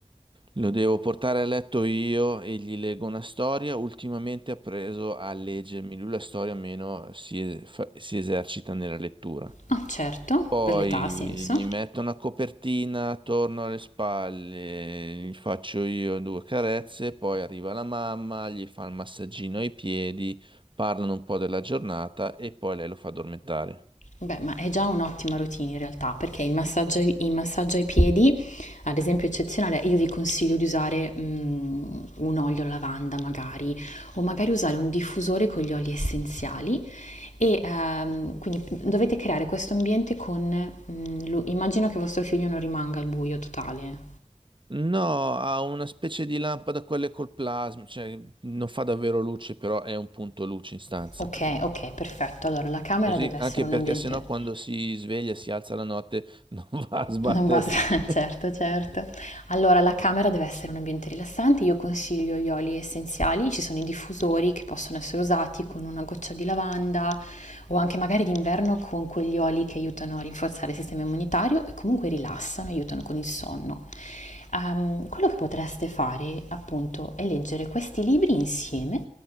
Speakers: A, on the right; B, on the left.
A: Lo devo portare a letto io e gli leggo una storia. Ultimamente ha preso a leggermi lui la storia, meno si, fa- si esercita nella lettura.
B: Ah, certo,
A: Poi
B: per l'età ha senso.
A: gli metto una copertina attorno alle spalle, gli faccio io due carezze, poi arriva la mamma, gli fa il massaggino ai piedi, parlano un po' della giornata e poi lei lo fa addormentare.
B: Beh, ma è già un'ottima routine in realtà, perché il massaggio ai il massaggio ai piedi, ad esempio è eccezionale, io vi consiglio di usare, mhmm, un olio alla lavanda magari, o magari usare un diffusore con gli oli essenziali e, ehm, quindi dovete creare questo ambiente con, mhmm, lu immagino che vostro figlio non rimanga al buio totale.
A: No, ha una specie di lampada, quelle col plasma, cioè non fa davvero luce, però è un punto luce in stanza.
B: Ok, ok, perfetto. Allora la camera
A: Così,
B: deve
A: anche
B: essere un
A: perché
B: ambiente
A: sennò quando si sveglia, si alza la notte, non <laughs> va a sbattere.
B: non basta, <laughs>
A: <laughs>
B: certo, certo. Allora, la camera deve essere un ambiente rilassante. Io consiglio gli oli essenziali, ci sono i diffusori che possono essere usati con una goccia di lavanda o anche magari d'inverno con quegli oli che aiutano a rinforzare il sistema immunitario e comunque rilassano, aiutano con il sonno. Ehm, quello che potreste fare, appunto, è leggere questi libri insieme,